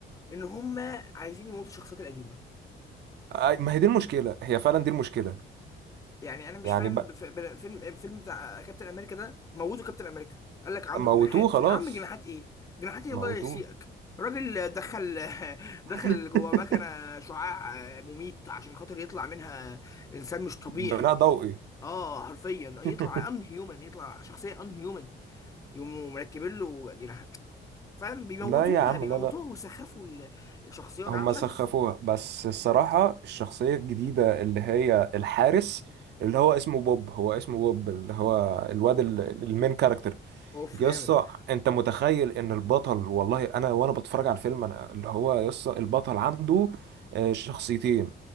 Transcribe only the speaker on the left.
ان هما عايزين يموتوا الشخصيات القديمه
يعني انا مش
فاهم
بف- بل- فيلم فيلم بتاع كابتن امريكا ده موتوا كابتن امريكا قال لك عنده
جناحات
يا عم جناحات ايه جناحات ايه الله
يسيئك الراجل دخل <laughs> دخل
جوه مكنه شعاع مميت عشان خاطر يطلع منها انسان مش طبيعي
اه حرفيا يطلع
ان هيومن يطلع شخصيه ان هيومن يقوموا مركبين له جناح فاهم بيموتوها
بيموتوها
ويسخفوا ال- الشخصيات
انا مش
عارف
اوف
جامد